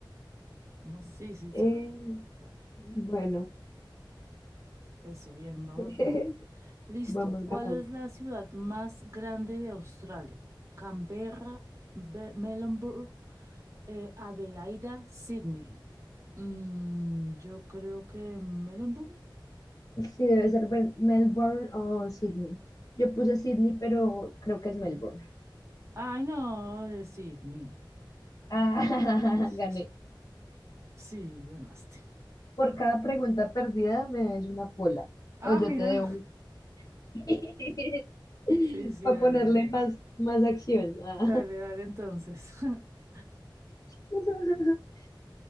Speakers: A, on the right; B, on the left.
A: Vamos, sí, sí,
B: Eh,
A: solo la Tierra. claro.
B: bueno,
A: Eso, bien, vamos
B: <laughs>
A: bien. Listo.
B: vamos
A: ¿Cuál
B: ganando.
A: es la ciudad más grande de Australia? Canberra, Be- Melbourne, eh, Adelaida, Sydney. Mm, yo creo que Melbourne.
B: Sí, debe ser Mel- Melbourne o Sydney. Yo puse Sydney, pero creo que es Melbourne.
A: Ay, no, es Sydney.
B: Ah,
A: <laughs>
B: <laughs> gané.
A: Sí, ganaste.
B: Por
A: Va.
B: cada pregunta perdida me debes una pola.
A: Ah,
B: O yo
A: mira.
B: te debo. <laughs>
A: Sí, sí,
B: Para
A: dale,
B: ponerle
A: dale.
B: más, más acción. Ah.
A: Dale, dale, entonces. <laughs>
B: <laughs>